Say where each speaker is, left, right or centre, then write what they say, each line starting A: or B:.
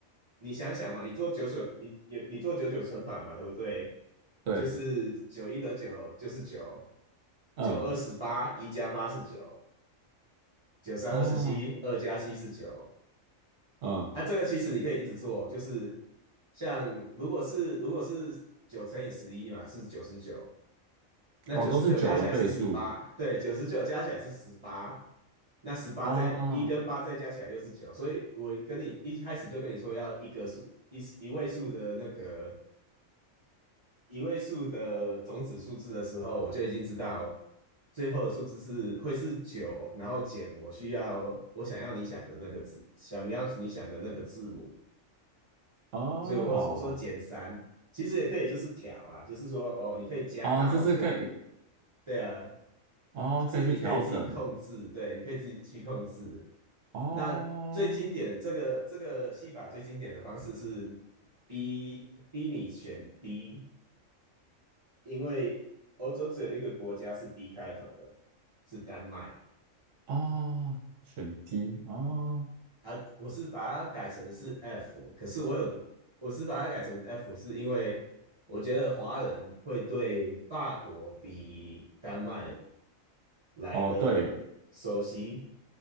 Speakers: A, on the right; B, on the right.
A: 你想想嘛，你做九九，你有你做九九乘法嘛，对不对？
B: 对，
A: 就是九一得九就是九，
B: 嗯
A: 九二十八，一加八是九，九三二十七，
B: 啊
A: 二加七是九。
B: 嗯
A: 啊，这个其实你可以一直做，就是像如果是如果是九乘以十一嘛，是九十九，那九十九加起来是十八，
B: 哦都是九的倍数
A: 对，九十九加起来是十八，那十八再一跟八再加起来又是九，
B: 啊
A: 所以我跟你一开始就跟你说要一个数一一位数的那个一位数的种子数字的时候，我就已经知道最后的数字是会是九，然后减我需要我想要你想的那个字，想要你想的那个字母，
B: 哦
A: 所以我我说减三，其实也可以就是调啊，就是说哦，你可以加到像，
B: 啊，就是可以
A: 对啊，
B: 哦可以去调整
A: 就是你可以自己控制，对，你可以自己去控制。
B: 哦
A: 那最经典这个这个戏法最经典的方式是逼逼你选 D，因为欧洲只有一个国家是 D 开头的，是丹麦。
B: 哦选 D 哦
A: 啊，我是把它改成是 F，可是我有，我是把它改成 F，是因为我觉得华人会对法国比丹麦来的熟悉，
B: 哦对。